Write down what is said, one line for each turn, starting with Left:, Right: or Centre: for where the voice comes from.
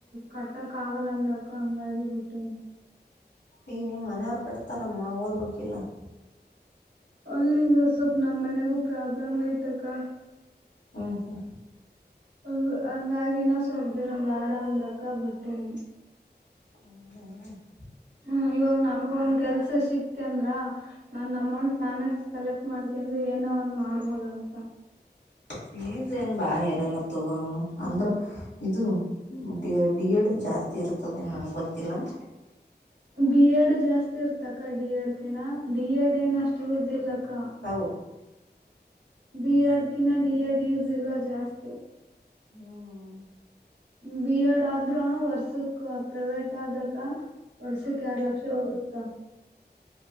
Right: ಕಟ್ಟಕ್ ಆಗಲ್ಲ ಅಂದ್ರಕ ಹಂಗಾಗಿ ಬಿಟ್ಟೆನ <inaudible>
Left: ಈಗ ನಿಮ್ಮ ಮನೆಯವರ ಕಟ್ತಾರಮ್ಮ ಓದಬೇಕ ಇಲ್ಲ? <inaudible>
Right: ಅಲ್ಲಿಂದ ಸ್ವಲ್ಪ ನಮ್ಮ ಮನೆಗೂ ಪ್ರಾಬ್ಲಮ್ ಐತ ಅಕ್ಕಾ. <inaudible>
Left: ಹೌದ? <inaudible>
Right: ಹಂಗ ಹಂಗ ಆಗಿ ಸ್ವಲ್ಪ ದಿನ ಬ್ಯಾಡ ಅಂದ್ರಕ್ಕ ಬಿಟ್ಟಿನಿ. <inaudible>
Left: ಹೌದಾ? <inaudible>
Right: ಹ ಇವಾಗ ನನಗೂ ಒಂದ್ ಕೆಲಸ ಸಿಕ್ <inaudible> ಇತ್ತ ಅಂದ್ರ ನನ್ನ ಅಮೌಂಟ್ ನಾನೇ ಕಲೆಕ್ಟ್ ಮಾಡ್ಕೊಂಡ ಏನೋ ಒಂದು ಮಾಡಬೋದ ಅಂತ. <inaudible>
Left: ಫೀಸ್ ಏನ್ ಬಾಳ ಇರಲ್ಲ ತಗೋ ಅಂದ್ರ ಇದು. <inaudible> ಮತ್ತ ಡಿ ಡಿ ಎಡ್ ಜಾಸ್ತಿ ಇರ್ತದೆ ನನಗ ಗೊತ್ತಿಲ್ಲ. <inaudible>
Right: ಬಿ ಎಡ್ ಜಾಸ್ತಿ ಇರ್ತಕ್ಕ ಡಿ ಎಡ ಕಿನಾ ಡಿ ಎಡ್ ಏನ ಅಷ್ಟು ಯೂಸ್ ಇಲ್ಲ ಅಕ್ಕಾ. <inaudible>
Left: ಹವು <inaudible>
Right: ಬಿ ಎಡ ಕಿನ್ ಡಿ ಎಡ್ ಯೂಸ್ ಇಲ್ಲ ಜಾಸ್ತಿ. <inaudible>
Left: ಹೂ <inaudible>
Right: ಬಿ ಎಡ್ ಆದ್ರ ವರ್ಷಕ್ ಪ್ರೈವೇಟ್ ಆದರ ಅಕ್ಕಾ? <inaudible> ವರ್ಷಕ್ಕ ಎರ್ಡ್ ಲಕ್ಷ ಹೋಗುತ್ತಾ. <inaudible>